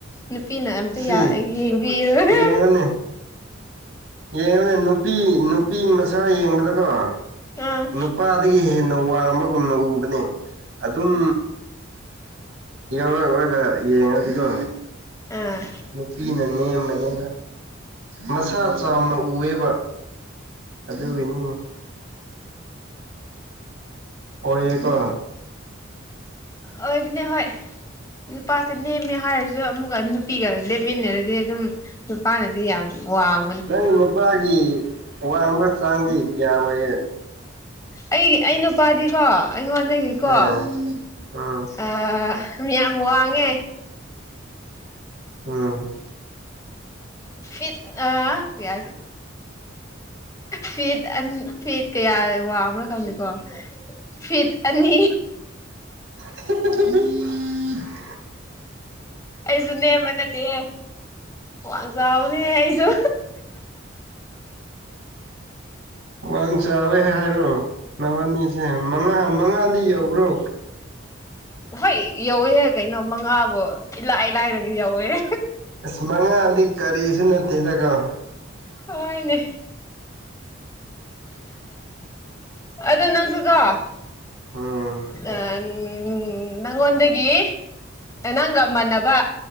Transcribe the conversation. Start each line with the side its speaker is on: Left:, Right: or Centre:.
Left: ꯅꯨꯄꯤꯅ ꯑꯝꯇ
Right: ꯁꯤ
Left: ꯌꯦꯡꯕꯤꯔꯔꯣꯢ
Right: ꯌꯦꯡꯉꯨꯅꯦ ꯌꯦꯡꯉꯨꯅꯦ ꯅꯨꯄꯤ ꯅꯨꯄꯤ ꯃꯆꯥ ꯌꯦꯡꯕꯗꯀꯣ
Left: ꯑꯥ
Right: ꯅꯨꯄꯥ ꯒꯤ ꯍꯦꯟꯅ ꯋꯥꯡꯕꯒꯨꯝꯅ ꯎꯕꯅꯦ ꯑꯗꯨꯝ ꯌꯥꯎꯔꯛꯔꯒ ꯌꯦꯡꯑꯗꯤꯀꯣ
Left: ꯑꯥ
Right: ꯅꯨꯄꯤꯅ ꯅꯦꯝꯕꯅꯦꯕ ꯃꯁꯥ ꯆꯥꯎꯅ ꯎꯑꯦꯕ ꯑꯗꯨꯒꯤꯅꯤꯅꯦ ꯑꯣꯏꯌꯦꯒꯣ
Left: ꯑꯣꯏꯕꯅꯦ ꯍꯣꯏ ꯅꯨꯄꯥꯁꯦ ꯅꯦꯝꯃꯦ ꯍꯥꯏꯔꯁꯨ ꯑꯗꯨ ꯑꯃꯨꯛꯀ ꯅꯨꯄꯤꯒ ꯂꯦꯞꯃꯤꯟꯅꯔꯗꯤ ꯑꯗꯨꯝ ꯅꯨꯄꯥꯅꯗꯤ ꯌꯥꯝ ꯋꯥꯡ
Right: ꯅꯪꯒꯤ ꯅꯨꯄꯥꯒꯤ ꯋꯥꯡꯕ ꯆꯥꯡꯗꯤ ꯀꯌꯥ ꯑꯣꯏꯌꯦ
Left: ꯑꯩꯒꯤ ꯑꯩ ꯅꯨꯄꯥꯗꯤꯀꯣ ꯑꯩꯉꯣꯟꯗꯒꯤꯀꯣ
Right: ꯑꯥ ꯎꯝ
Left: ꯑ ꯃꯌꯥꯝ ꯋꯥꯡꯉꯦ
Right: ꯎꯝ
Left: ꯐꯤꯠ ꯑ ꯐ ꯐ ꯑ ꯐꯤꯠ ꯀꯌꯥ ꯋꯥꯡꯕ꯭ꯔꯥ ꯈꯪꯗꯦꯀꯣ ꯐꯤꯠ ꯑꯅꯤ
Right: <unintelligible>
Left: ꯑꯩꯁꯨ ꯅꯦꯝꯕ ꯅꯠꯇꯦꯍꯦ ꯋꯥꯡ ꯆꯥꯎꯅꯦꯍꯦ ꯑꯩꯁꯨ
Right: ꯋꯥꯡ ꯆꯥꯎꯋꯦ ꯍꯥꯏꯔꯣ ꯅꯕꯅꯤꯁꯦ ꯃꯉꯥ ꯃꯉꯥꯗꯤ ꯌꯧꯕ꯭ꯔꯣ
Left: ꯍꯣꯏ ꯌꯧꯋꯦꯍꯦ ꯀꯩꯅꯣ ꯃꯉꯥꯕꯨ ꯏꯂꯥꯏ ꯂꯥꯏꯅ ꯌꯧꯋꯦꯍꯦ
Right: ꯑꯁ ꯃꯉꯥꯗꯤ ꯀꯔꯤꯁꯨ ꯅꯠꯇꯦꯅꯒꯣ
Left: ꯍꯣꯏꯅꯦ ꯑꯗꯣ ꯅꯪꯁꯨ ꯀꯣ
Right: ꯎꯝ
Left: ꯑꯥ ꯅꯪꯉꯣꯟꯗꯒꯤ ꯅꯪꯒ ꯃꯥꯟꯅꯕ